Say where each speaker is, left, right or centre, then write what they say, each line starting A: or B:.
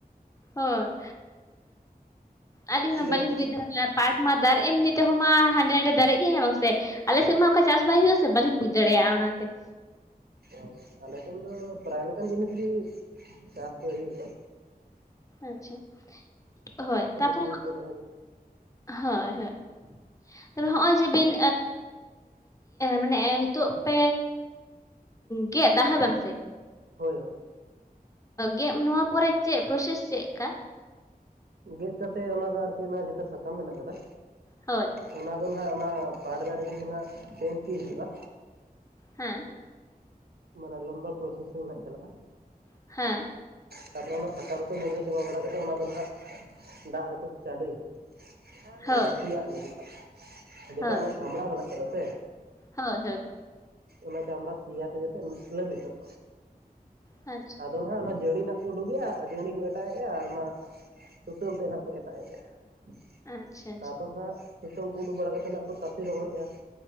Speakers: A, on the left; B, on the right.
A: ᱦᱚᱸ, ᱟᱹᱞᱤᱧ ᱦᱚᱸ
B: ᱡᱚᱢ
A: ᱵᱟᱹᱞᱤᱧ ᱵᱩᱡ ᱫᱟᱲᱮ ᱟᱵᱤᱱᱟ, ᱯᱟᱴ ᱢᱟ ᱫᱟᱨ ᱮᱢᱱᱤ ᱛᱮᱦᱚᱸ ᱢᱟ ᱦᱟᱸᱰᱮ ᱱᱟᱰᱮ ᱫᱟᱨᱮᱜ ᱜᱮ ᱦᱮᱸ ᱵᱟᱝ ᱥᱮ? ᱟᱞᱮ ᱥᱮᱫ ᱢᱟ ᱚᱱᱠᱟ ᱪᱟᱥ ᱵᱟᱭ ᱦᱩᱭᱩᱜᱼᱟ ᱥᱮ ᱵᱟᱹᱞᱤᱧ ᱵᱩᱡ ᱫᱟᱲᱮᱭᱟᱜᱼᱟ ᱚᱱᱟᱛᱮ ᱾
B: ᱚ ᱟᱞᱮ ᱥᱮᱱ ᱫᱚ ᱯᱨᱟᱭ ᱞᱮᱠᱟᱱ ᱡᱤᱱᱤᱥ ᱜᱮ ᱪᱟᱥ ᱫᱚ ᱦᱳᱭᱳᱜᱚᱜᱼᱟ᱾
A: ᱟᱪᱪᱷᱟ ᱦᱳᱭ ᱛᱟᱯᱚᱨᱮ
B: ᱡᱤᱱᱤᱥ
A: ᱦᱟᱸᱜ
B: ᱵᱟᱹᱱᱩᱜᱼᱟ ᱡᱮ
A: ᱦᱳᱭ ᱦᱳᱭ ᱾ ᱛᱮ ᱦᱚᱸᱜᱼᱚᱭ ᱡᱮ ᱵᱤᱱ ᱢᱟᱱᱮ ᱦᱤᱛᱚᱜ ᱯᱮ ᱜᱮᱜ ᱫᱟ ᱦᱮᱸ ᱵᱟᱝᱥᱮ?
B: ᱦᱳᱭ ᱦᱳᱭ᱾
A: ᱜᱮᱜ ᱱᱚᱣᱟ ᱯᱚᱨᱮ ᱪᱮᱜ ᱯᱨᱚᱥᱮᱥ ᱪᱮᱜ ᱠᱟ?
B: ᱜᱮᱛ ᱠᱟᱛᱮᱜ ᱚᱱᱟ ᱫᱚ ᱟᱨᱠᱤ ᱚᱱᱟ ᱡᱮᱛᱮ ᱥᱟᱠᱟᱢ ᱢᱮᱱᱟᱜ ᱠᱟᱫᱟ
A: ᱦᱳᱭ᱾
B: ᱚᱱᱟ ᱫᱚ ᱱᱟᱦᱟᱜ ᱚᱱᱟ ᱯᱟᱴ ᱫᱟᱨᱮ ᱛᱮᱜᱮ ᱱᱟᱜ ᱯᱮᱱ ᱴᱤ ᱦᱤᱡᱩᱜᱼᱟ᱾
A: ᱦᱮᱸ᱾
B: ᱢᱟᱱᱮ ᱞᱚᱢᱵᱟ ᱯᱨᱚᱥᱮᱥᱤᱝ ᱱᱟᱜ ᱪᱟᱞᱟᱜᱼᱟ ᱾
A: ᱦᱮᱸ᱾
B: ᱛᱟᱨᱯᱚᱨᱮ ᱚᱱᱟ ᱥᱟᱠᱟᱢ ᱠᱚ ᱧᱩᱨᱦᱟᱹ ᱪᱟᱵᱟ ᱵᱟᱲᱟᱛᱮᱫ ᱚᱱᱟ ᱫᱚ ᱱᱟᱦᱟᱜ ᱫᱟᱜ ᱨᱮᱠᱚ ᱪᱟᱰᱳᱭᱟ᱾ ᱢᱟᱱᱮ
A: ᱦᱳᱭ
B: ᱥᱮᱭᱟᱜ ᱞᱟᱹᱜᱤᱫ ᱡᱮᱴᱟ
A: ᱦᱳᱭ
B: ᱚᱱᱟ ᱪᱷᱟᱢᱲᱟ ᱢᱮᱱᱟᱜ ᱠᱟᱫᱟ ᱥᱮ?
A: ᱦᱳᱭ ᱦᱳᱭ᱾
B: ᱚᱱᱟ ᱪᱟᱢᱲᱟ ᱥᱮᱭᱟᱛᱮ ᱡᱟᱛᱮ ᱞᱟᱹᱵᱤᱛᱚᱜ᱾
A: ᱟᱪ
B: ᱟᱫᱚ ᱱᱟᱦᱟᱜ ᱚᱱᱟ ᱡᱟᱹᱲᱤ ᱦᱟᱜ ᱠᱚ ᱩᱰᱩᱠᱮᱜᱼᱟ ᱟᱨ ᱡᱟᱹᱲᱤ ᱠᱚ ᱮᱴᱟᱜᱮᱜᱼᱟ ᱟᱨ ᱚᱱᱟ ᱥᱩᱛᱟᱹᱢ ᱛᱮᱫ ᱱᱟᱦᱱᱟᱜ ᱠᱚ ᱮᱴᱟᱜᱮᱜᱼᱟ ᱾
A: ᱟᱪᱪᱷᱟ ᱟᱪᱪᱷᱟ
B: ᱛᱟᱯᱚᱨ ᱦᱟᱸᱱᱟᱜ ᱥᱩᱛᱟᱹᱢ ᱠᱚ ᱩᱰᱩᱠ ᱵᱟᱲᱟ ᱠᱟᱛᱮ ᱟᱸᱱᱟᱜ ᱠᱚ ᱛᱟᱥᱮ ᱨᱚᱦᱚᱲᱮᱜᱼᱟ᱾